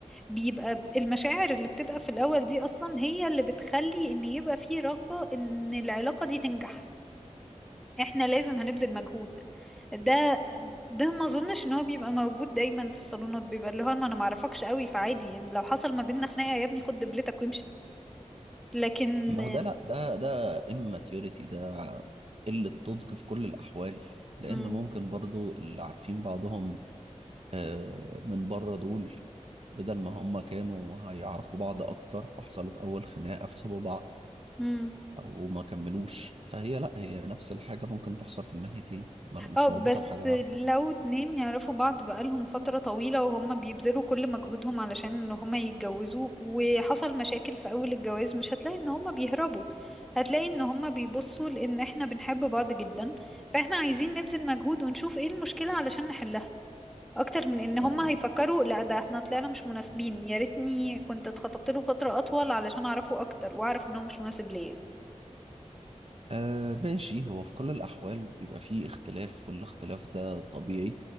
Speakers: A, in the centre; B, on the right (about 55°).
A: بيبقى المشاعر اللي بتبقى في الأول دي أصلا هي اللي بتخلي إن يبقى فيه رغبة إن العلاقة دي تنجح احنا لازم هنبذل مجهود ده ده ما اظنش ان هو بيبقى موجود دايما في الصالونات بيبقى اللي هو ما انا ما اعرفكش قوي فعادي يعني لو حصل ما بيننا خناقه يا ابني خد دبلتك وامشي لكن
B: ما هو ده لا ده ده immaturity ده قلة نضج في كل الأحوال لأن
A: مم.
B: ممكن برضو اللي عارفين بعضهم آه، من بره دول بدل ما هم كانوا هيعرفوا بعض أكتر فحصلت أول خناقة فسابوا بعض
A: مم.
B: أو ما كملوش فهي لا هي نفس الحاجة ممكن تحصل في الناحيتين ما- مش
A: اه بس
B: مربوطة بحاجة واحدة
A: لو اتنين يعرفوا بعض بقالهم فترة طويلة وهم بيبذلوا كل مجهودهم علشان ان هما يتجوزوا وحصل مشاكل في اول الجواز مش هتلاقي ان هما بيهربوا هتلاقي ان هما بيبصوا لان احنا بنحب بعض جدا فاحنا عايزين نبذل مجهود ونشوف ايه المشكلة علشان نحلها اكتر من ان هما
B: آه
A: هيفكروا لا ده احنا طلعنا مش مناسبين يا ريتني كنت اتخطبت له فترة اطول علشان اعرفه اكتر واعرف ان هو مش مناسب ليا
B: آه، ماشي هو في كل الأحوال بيبقى فيه اختلاف والاختلاف ده طبيعي